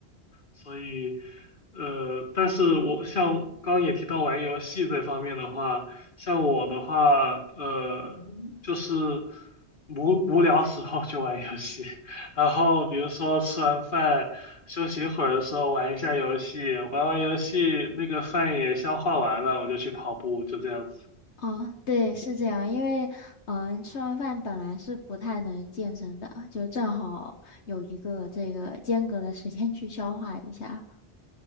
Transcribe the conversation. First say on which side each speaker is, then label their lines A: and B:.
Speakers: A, on the left (about 50°); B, on the left (about 75°).
A: 所以，呃，但是我像刚刚也提到玩游戏这方面的话，像我的话，呃，就是无无聊时候就玩游戏，<laughs> 然后比如说吃完饭休息一会儿的时候玩一下游戏，玩完游戏那个饭也消化完了，我就去跑步，就这样子。
B: 哦，对，是这样，因为嗯、吃完饭本来是不太能健身的，就正好有一个这个间隔的时间去消化一下。